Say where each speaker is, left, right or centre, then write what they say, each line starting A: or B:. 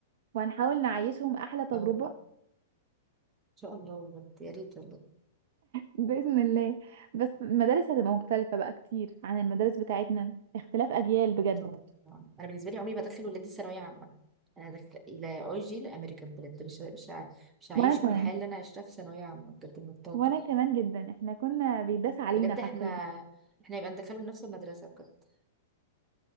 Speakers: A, on the right (about 50°); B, on the right (about 20°).
A: وهنحاول نعيشهم احلى تجربه
B: اه ان شاء الله بجد يا ريت والله
A: باذن الله بس المدارس هتبقى مختلفه بقى كتير عن المدارس بتاعتنا اختلاف اجيال بجد
B: اه طبعا انا بالنسبه لي عمري ما ادخل ولادي ثانويه عامه انا ادخل الى اي جي الامريكان بجد مش مش ع- مش هعيشهم
A: وانا كمان
B: الحياه اللي انا عشتها في ثانويه عامه بجد من التوتر
A: وانا كمان جدا احنا كنا بيداس علينا
B: بجد
A: حرفيا
B: احنا احنا يبقى ندخلهم نفس المدرسه بجد